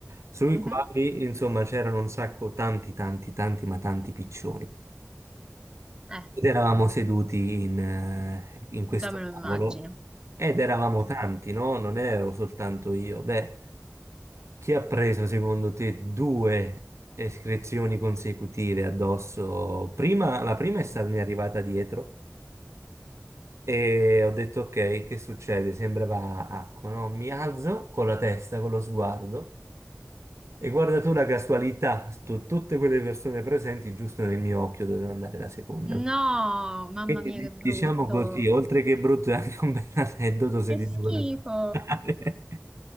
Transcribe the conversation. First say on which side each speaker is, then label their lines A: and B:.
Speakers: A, on the right; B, on the right.
A: sui
B: mhm.
A: quali, insomma, c'erano un sacco, tanti, tanti, tanti, ma tanti piccioni.
B: Eh,
A: Ed eravamo seduti in, eh, in questo
B: già me lo
A: tavolo
B: immagino.
A: ed eravamo
B: sì.
A: tanti, no? Non ero soltanto io. Beh, chi ha preso secondo te due escrezioni consecutive addosso? Prima, la prima è stata mi è arrivata dietro e ho detto ok, che succede? Sembrava acqua, no? Mi alzo con la testa, con lo sguardo e guarda tu la casualità, stu- tutte quelle persone presenti giusto nel mio occhio doveva andare la seconda.
B: No, mamma
A: Quindi
B: mia,
A: di-
B: che brutto.
A: diciamo così, oltre che brutto è anche un bel aneddoto se
B: Che
A: ti
B: schifo.
A: devo raccontare. <laughs>